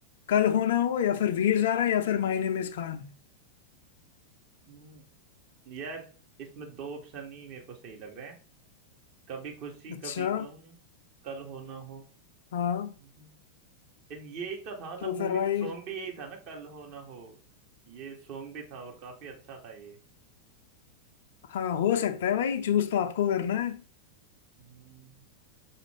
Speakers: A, on the left; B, on the right.
A: कल हो ना हो या फिर वीर ज़ारा या फिर माय नेम इज खान
B: हम्म, यार इसमें दो ऑप्शन ही मेरे को सही लग रहे हैं कभी खुशी
A: अच्छा
B: कभी गम कल हो ना हो
A: हाँ
B: हम्म। यार यही तो था मतलब
A: तो
B: मूवी
A: फिर भाई
B: में सॉन्ग भी यही था ना कल हो ना हो ये सॉन्ग भी था और काफी अच्छा था ये
A: हाँ हो सकता है भाई चूज तो आपको करना है
B: हम्म।